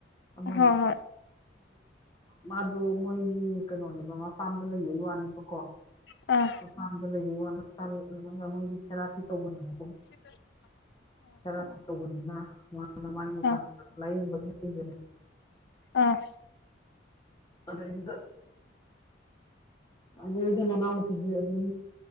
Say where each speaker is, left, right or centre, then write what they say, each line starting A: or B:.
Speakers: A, on the left (about 20°); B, on the left (about 60°).
A: ꯑꯃꯜ
B: ꯍꯣꯏ ꯍꯣꯏ
A: ꯃꯥꯗꯣ ꯃꯣꯏꯒꯤ ꯀꯩꯅꯣꯅꯦꯕ ꯃꯄꯥꯝꯗ ꯂꯩꯕꯒꯤ ꯋꯥꯅꯦꯕꯀꯣ
B: ꯑ
A: ꯃꯄꯥꯟꯗ ꯂꯩꯕꯤ ꯋꯥ ꯃ ꯃꯣꯏꯗꯤ ꯊꯦꯔꯥꯄꯤ ꯇꯧꯕꯅꯦꯕ
B: <unintelligible>
A: ꯈꯔ ꯇꯧꯕꯅꯤꯅ ꯃꯥꯅ ꯃꯥꯒꯤ ꯃꯆꯥ
B: ꯑꯥ
A: ꯂꯥꯏꯌꯦꯡꯕ ꯂꯩꯕꯅꯦ
B: ꯑꯥ
A: ꯑꯗ ꯏꯗ ꯑꯗꯨꯗ ꯃꯅꯥꯎ ꯅꯨꯄꯤꯁꯨ ꯑꯗꯨꯝ